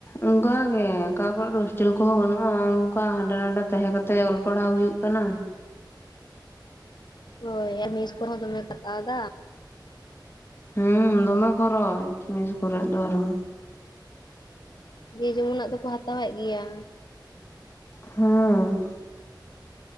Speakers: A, on the left (about 30°); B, on the left (about 65°).
A: ᱚᱱᱠᱟ ᱜᱮ ᱚᱠᱟ ᱠᱚᱨᱮ ᱦᱳᱥᱴᱮᱞ ᱠᱚᱦᱚᱸ ᱵᱟᱹᱱᱩᱜᱼᱟ ᱚᱱᱠᱟ ᱦᱟᱸᱰᱮ ᱱᱟᱰᱮ ᱛᱟᱦᱮᱸ ᱠᱟᱛᱮ ᱚᱞ ᱯᱟᱲᱦᱟᱣ ᱦᱩᱭᱩᱜ ᱠᱟᱱᱟ
B: ᱦᱳᱭ ᱟᱨ ᱢᱮᱥ ᱠᱚᱨᱮ ᱦᱚ ᱫᱟᱢᱮ ᱠᱳ ᱦᱟᱛᱟᱣ ᱫᱟ
A: ᱦᱮᱸ ᱫᱚᱢᱮ ᱠᱷᱚᱨᱚᱪ ᱢᱮᱥ ᱠᱚᱨᱮ ᱫᱚ ᱟᱨᱚ
B: ᱡᱮ ᱡᱮᱢᱚᱱᱟᱜ ᱫᱚᱠᱚ ᱦᱟᱛᱟᱣᱮᱫ ᱜᱮᱭᱟ
A: ᱦᱮᱸ